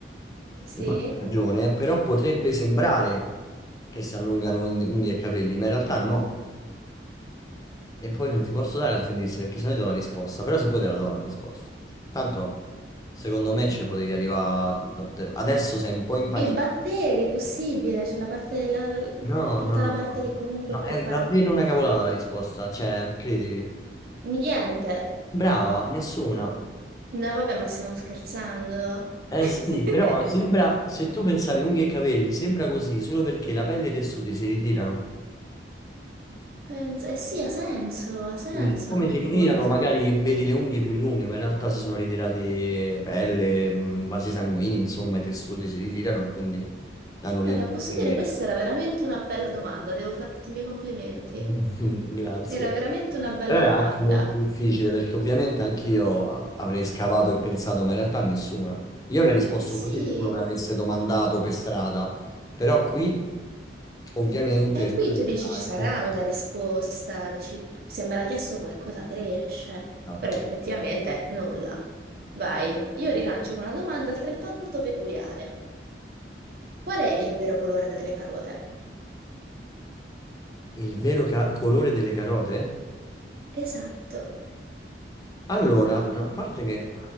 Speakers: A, on the right; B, on the left.
A: sì.
B: non hai ragione, però potrebbe sembrare che si allungano in- unghie e capelli, ma in realtà no. E poi non ti posso dare altri indizi perché sennò ti do la risposta, però se puoi te la do la risposta. Tanto, secondo me ci potevi arrivare... da- te- Adesso sei un po' impanicato.
A: E i batteri, possibile, c'è la parte, la-
B: No,
A: tutta
B: no, no,
A: la parte
B: no.
A: che comunque
B: No, è
A: è para...
B: davvero una cavolata la risposta, cioè, credimi.
A: Niente.
B: Brava, nessuna.
A: No, vabbè, ma stiamo scherzando.
B: Eh
A: <laughs>
B: sì, però sembra, se tu pensavi unghie e capelli, sembra così solo perché la pelle e i tessuti si ritirano.
A: Penso, eh sì, ha senso, ha senso
B: Quindi, Come
A: come
B: si ritirano,
A: cosa.
B: magari vedi le unghie più lunghe, ma in realtà si sono ritirati pelle, mh, vasi sanguigni, insomma, i tessuti si ritirano e quindi danno l'illusione
A: Guarda, posso dire,
B: che...
A: questa era veramente una bella domanda, devo farti i miei complimenti.
B: <laughs> Grazie.
A: Era veramente una bella
B: Però è
A: domanda.
B: anche molto difficile perché ovviamente anch'io a- avrei scavato e pensato, ma in realtà nessuna. Io avrei risposto
A: Eh sì,
B: così se uno me l'avesse domandato per strada, però qui ovviamente...
A: e qui tu dici ci sarà
B: quindi-
A: una risposta, dici se me l'ha chiesto qualcosa cresce,
B: Esatto.
A: però effettivamente nulla. Vai, io rilancio con una domanda altrettanto peculiare. Qual è il vero colore delle carote?
B: Il vero ca- colore delle carote?
A: Esatto.
B: Allora, no, a parte che